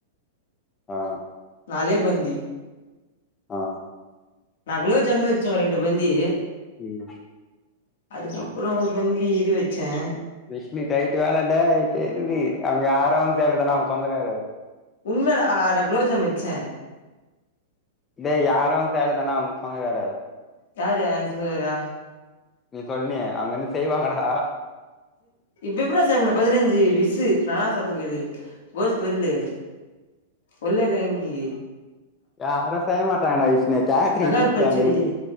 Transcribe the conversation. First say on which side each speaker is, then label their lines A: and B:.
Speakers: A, on the left (about 20°); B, on the left (about 70°).
A: ஆஹ்
B: நாளே பந்தி
A: ஆஹ்
B: நா குள்ளே ஜம்மி வச்சோம் ரெண்டு பந்தி
A: ம்
B: அதுக்கப்பறம் ஒரு பந்தி இது வச்சேன்
A: கஷ்ணி யட்டு வேளாட தெரியது அவங்க வந்து சேலத்தானா அவங்க சொந்தக்காரு
B: உண்மயட நான் குளோஜம் வச்சேன்
A: இதே யார வ சலதானா அவங்க சொந்தக்கரு
B: யரு அசந்து பேரா
A: நீ சொல்லிய அங்கன்னு செய்வாங்கடா
B: விவரோ செய் பதினஞ்சு விசு நா சொல்லேன்ங்கேது கோஸ் பொரு உருள்ளக்கங்கி
A: யார சய மாட்டாங்கடா விஷ்னே காயத்தற
B: வெங்காய
A: கூப்பிட்டாங்க
B: பச்சடி
A: எப்டி